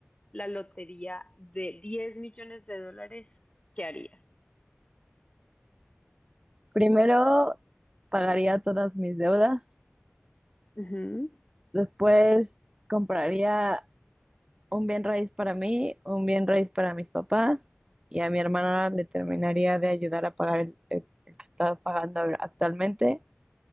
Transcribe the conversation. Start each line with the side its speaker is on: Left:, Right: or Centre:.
Left: la lotería de 10 millones de dólares, ¿qué harías?
Right: Primero pagaría todas mis deudas,
Left: Ujú.
Right: después compraría un bien raíz para mí, un bien raíz para mis papás y a mi hermana le terminaría de ayudar a pagar el, el- el que está pagando ahora- actualmente.